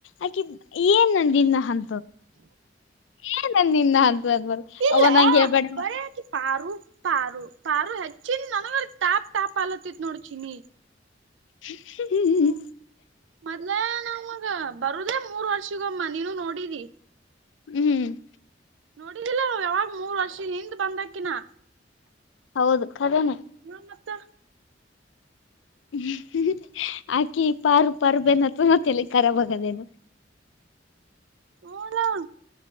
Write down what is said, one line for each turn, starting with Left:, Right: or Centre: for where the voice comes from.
Left: ಆಕಿ ಏನ್ನಂದಿನ ಅಂ ಏ ನನ್ ನಿನ್ನ ಅಂತ ಅಂದವಲ್
Right: ಇಲ್ಲ
Left: ಅವ ನಂಗಗೆ ಹೇಳ್ಬೇಡ
Right: ಬರೇ ಆಕಿ ಪಾರು ಪಾರು ಪಾರು ಹೆಚ್ಚಿನ ನನಗ ತಾಪ್ ತಾಪ್ ಆಲತ್ತತ್ ನೋಡ ಚಿನ್ನಿ
Left: ಹ್ಮ್ ಹ್ಮ್್ಮ
Right: ಮೊದ್ಲೇ ನಾಮಗ ಬರುದೇ ಮೂರ್ ವರ್ಷಿಗಮ್ಮ ನೀನು ನೋಡಿದಿ
Left: ಹ್ಮ್
Right: ನೋಡಿದಿಲ್ಲ ಯಾವಾಗ ಮೂರ್ ವರ್ಷ ಹಿಂದ್ ಬಂದಕಿನಾ
Left: ಹೌದು ಖರೇನ
Right: ಹ್ಮ ಮತ್ತ
Left: ಹ್ಮ್ ಆಕಿ ಪಾರು ಪಾರು ಬೆತ್ರತ್ತಲಿಖರಬಗದೇನು
Right: ಹ ನಾ